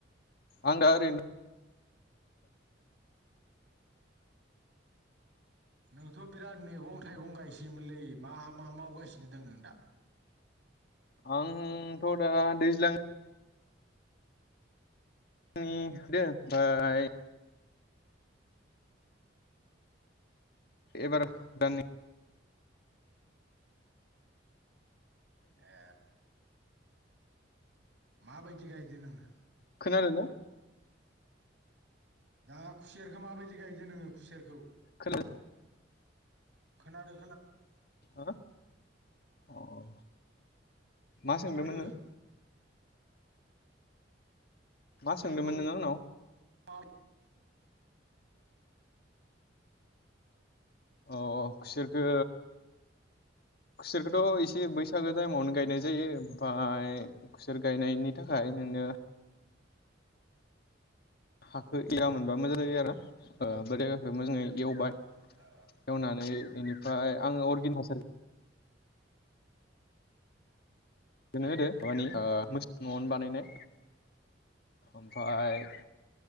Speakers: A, on the left; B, on the right.
A: आं आरो
B: नोंथ' बिराद मेगं थाइगं गायसैमोनलै मा मा मावगासिनो दं नों दा
A: आं थ दा दैज्लां आंनि दो ओमफ्राय एबार दानि
B: ए माबायदि गायदो नोङो
A: खोनादों ना
B: दा खुसेरखौ माबायदि गायदों नोङो खुसेरखौ
A: खोल
B: खोनादों
A: ओ औ मा
B: खोनादो
A: सोंदोंमोन नों
B: खुसेरखौ
A: मा सोंदोंमोन नोंङो आंनाव
B: मा
A: अ खुसेरखो खुसेरखौथ' एसे बैसागो टाइमावनो गायनाय जायो ओमफाय खुसेर गायनायनि थाखाय नोङो हाखौ एयामोनबा मोजां जायो आरो ओ <unintelligible> मोजाङै एवबाय
B: आ
A: एवनानै बेनिफ्राय आङो अर्गेन हासार बेनो होदो माबानि ओ मोस न'आवनो बानायनाय ओमफाय